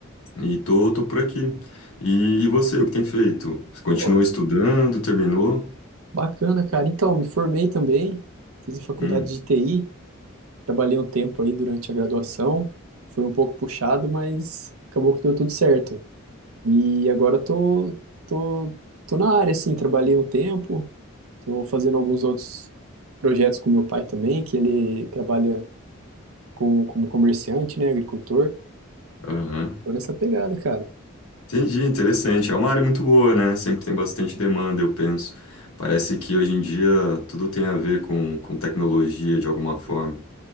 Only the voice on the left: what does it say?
e tô, tô por aqui. E, e você, o que tem feito? Você Continua
estudando, terminou?
Hum.
Aham.
Entendi, interessante. É uma área muito boa, né? Sempre tem bastante demanda, eu penso. Parece que hoje em dia tudo tem a ver com, com tecnologia de alguma forma.